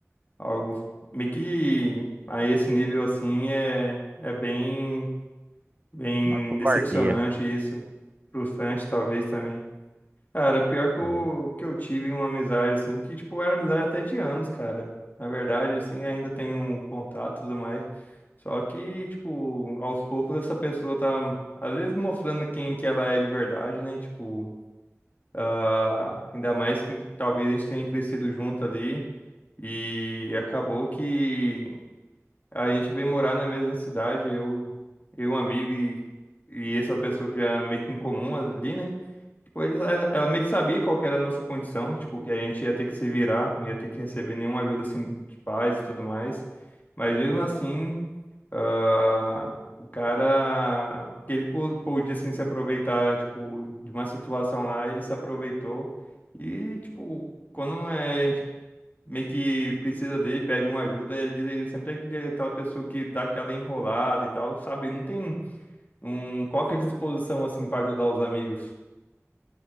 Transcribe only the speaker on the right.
Uma covardia.
Sim.